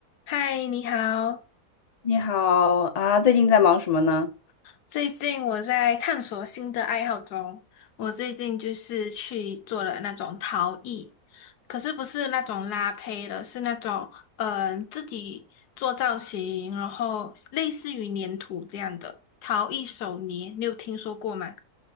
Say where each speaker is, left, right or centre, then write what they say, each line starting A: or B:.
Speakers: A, on the left; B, on the left.
A: 嗨，你好。
B: 你好啊，最近在忙什么呢？
A: 最近我在探索新的爱好中，我最近就是去做了那种陶艺，可是不是那种拉胚的，是那种嗯、呃自己做造型，然后类似于粘土这样的陶艺手捏，你有听说过吗？